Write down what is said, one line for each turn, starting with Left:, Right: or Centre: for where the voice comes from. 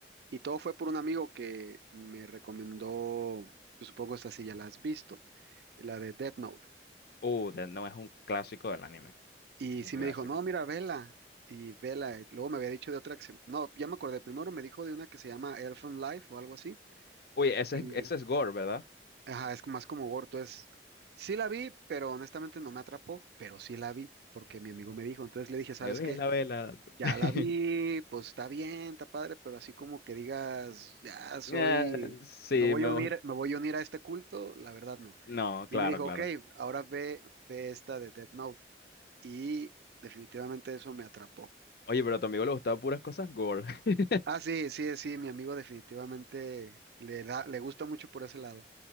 Right: Y todo fue por un amigo que me recomendó, pues, supongo esta sí ya la has visto, la de Death Note.
Left: Uh, de- no es un clásico del anime.
Right: Y
Left: Es un
Right: sí
Left: clásico.
Right: me dijo, no, mira, vela. Y vela, luego me había dicho de otra que se- No, ya me acordé, primero me dijo de una que se llama Elfen Life o algo así.
Left: Uy, ese
Right: Y,
Left: es, ese es Gore, ¿verdad?
Right: ajá, es más como gore. Entonces, sí la vi, pero honestamente no me atrapó, pero sí la vi, porque mi amigo me dijo. Entonces le dije, ¿sabes
Left: Que Vela,
Right: qué?
Left: vela.
Right: Ya
Left: <laughs>
Right: la vi, pues está bien, está padre, pero así como que digas, ya soy,
Left: Eh, sí,
Right: me voy
Left: me
Right: a unir,
Left: gusta.
Right: me voy a unir a este culto, la verdad no.
Left: No, claro,
Right: Y me dijo,
Left: claro.
Right: ok, ahora ve, ve esta de Death Note. Y definitivamente eso me atrapó.
Left: Oye, pero a tu amigo le gustaban puras cosas Gore. <laughs>
Right: Ah, sí, sí, sí, mi amigo definitivamente le da, le gusta mucho por ese lado.